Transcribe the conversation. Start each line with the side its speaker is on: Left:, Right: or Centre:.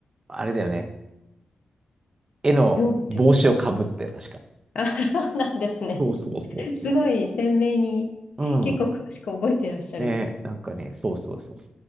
Right: あれだよね。絵の帽子をかぶってたよ、
Left: ゾウみたいな。
Right: 確か。
Left: あー、そうなんですね。
Right: そうそうそうそ
Left: すごい鮮明に、
Right: う。うん。
Left: 結構詳しく覚えてらっしゃる。
Right: ね、なんかね、そうそうそう。